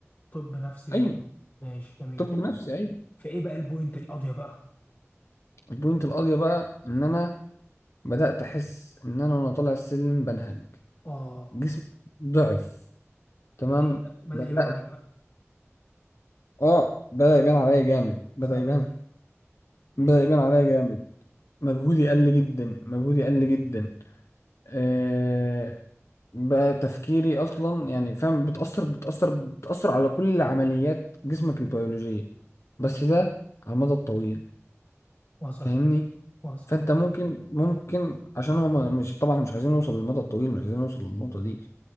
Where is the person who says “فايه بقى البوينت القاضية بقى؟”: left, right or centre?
Left